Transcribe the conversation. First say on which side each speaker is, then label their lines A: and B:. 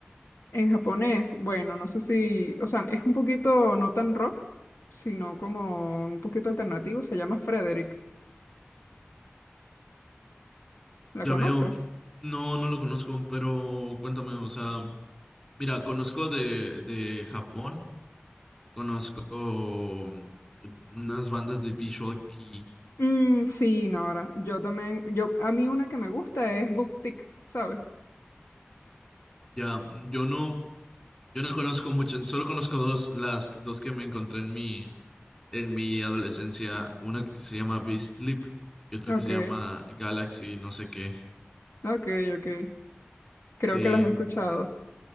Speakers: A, on the left (about 80°); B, on the left (about 15°).
A: En japonés, bueno, no sé si, o sea, es un poquito no tan rock, sino como un poquito alternativo. Se llama Frederick. ¿La
B: Ya
A: conoces?
B: veo, no, no lo conozco, pero cuéntame, o sea, mira, conozco de, de Japón, conozco mm, unas bandas de Visual Kei.
A: Mm, sí, Nora. Yo también, yo, a mí una que me gusta es Booktick, ¿sabes?
B: Ya, mm, yo no, yo no conozco mucho, solo conozco dos, las dos que me encontré en mi, en mi adolescencia, una que se llama Beastly y otra
A: Ok,
B: que se llama Galaxy, no sé qué.
A: ok, ok. Creo
B: Sí,
A: que las he escuchado.